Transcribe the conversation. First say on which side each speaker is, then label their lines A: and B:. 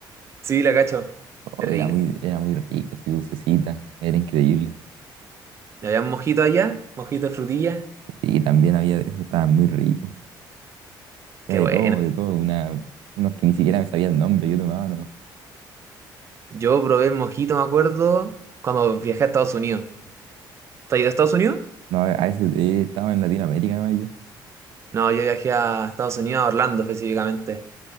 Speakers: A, on the right; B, on the right.
A: Sí, la cacho.
B: Oh,
A: Es rica.
B: era muy, era muy rica, así dulcecita, era increíble.
A: ¿Y había mojito allá? ¿Mojito de frutilla?
B: Sí, también había de eso, estaba muy rico.
A: Qué
B: Había
A: bueno.
B: de todo, de todo, una, unos que ni siquiera me sabía el nombre, yo tomaba nomás.
A: Yo probé el mojito, me acuerdo, cuando viajé a Estados Unidos. ¿Te has ido a Estados Unidos?
B: No, a a veces eh, estaba en Latinoamérica nomás yo.
A: No, yo viajé a Estados Unidos, a Orlando específicamente.